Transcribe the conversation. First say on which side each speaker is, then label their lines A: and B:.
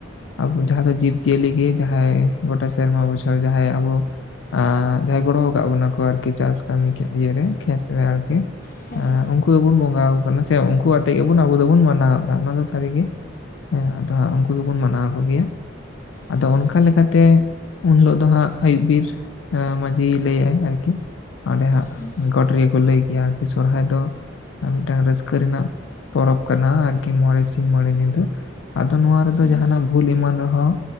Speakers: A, on the left (about 75°); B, on the left (about 45°).
A: ᱟᱵᱩ ᱡᱟᱦᱟᱸ ᱫᱚ ᱡᱤᱵ ᱡᱤᱭᱟᱹᱞᱤ ᱜᱮ ᱡᱟᱦᱟᱸᱭ ᱜᱚᱴᱟ ᱥᱮᱨᱢᱟ ᱵᱚᱪᱷᱚᱨ ᱡᱟᱦᱟᱸᱭ ᱟᱵᱚ ᱟ ᱡᱟᱦᱟᱸᱭ ᱜᱚᱲᱚ ᱟᱠᱟᱫ ᱵᱚᱱᱟ ᱠᱚ ᱟᱨᱠᱤ ᱪᱟᱥ ᱠᱟᱹᱢᱤ ᱤᱭᱟᱹ ᱨᱮ ᱠᱷᱮᱛ ᱨᱮ ᱟᱨᱠᱤ।
B: ᱦᱮᱸ
A: ᱟᱸᱻ ᱩᱱᱠᱩ ᱜᱮᱵᱩᱱ ᱵᱚᱸᱜᱟ ᱟᱠᱩ ᱠᱟᱱᱟ ᱥᱮ ᱩᱱᱠᱩ ᱟᱛᱮ ᱜᱮᱵᱩᱱ ᱟᱵᱩ ᱫᱚᱵᱩᱱ ᱢᱟᱱᱟᱣ ᱮᱫᱟ ᱚᱱᱟ ᱫᱚ ᱥᱟᱹᱨᱤ ᱜᱮ ᱦᱮᱸ ᱟᱫᱚ ᱦᱟᱸᱜ ᱩᱱᱠᱩ ᱫᱚᱵᱚᱱ ᱢᱟᱱᱟᱣ ᱠᱚ ᱜᱮᱭᱟ ᱟᱫᱚ
B: ᱦᱩᱸ
A: ᱚᱱᱠᱟ ᱞᱮᱠᱟᱛᱮ ᱩᱱ ᱦᱤᱞᱳᱜ ᱫᱚ ᱦᱟᱸᱜ ᱟᱹᱭᱩᱵ ᱵᱤᱨ ᱟᱸ ᱢᱟᱺᱡᱷᱤ ᱞᱟᱹᱭᱟᱭ ᱟᱨᱠᱤ ᱚᱸᱰᱮ ᱦᱟᱸᱜ
B: ᱦᱩᱸ
A: ᱜᱚᱴ ᱨᱮᱜᱮ ᱠᱚ ᱞᱟᱹᱭ ᱜᱮᱭᱟ ᱟᱨ ᱥᱚᱨᱦᱟᱭ ᱫᱚ ᱟ ᱢᱤᱫᱴᱟᱝ ᱨᱟᱹᱥᱠᱟᱹ ᱨᱮᱱᱟᱜ ᱯᱚᱨᱚᱵᱽ ᱠᱟᱱᱟ ᱟᱨᱠᱤ ᱢᱚᱬᱮ ᱥᱤᱧ ᱢᱚᱬᱮ ᱧᱤᱫᱟᱹ। ᱟᱫᱚ ᱱᱚᱣᱟ ᱨᱮᱫᱚ
B: ᱦᱩᱸ
A: ᱡᱟᱦᱱᱟᱜ ᱵᱷᱩᱞ ᱮᱢᱟᱱ ᱨᱮ ᱦᱚᱸ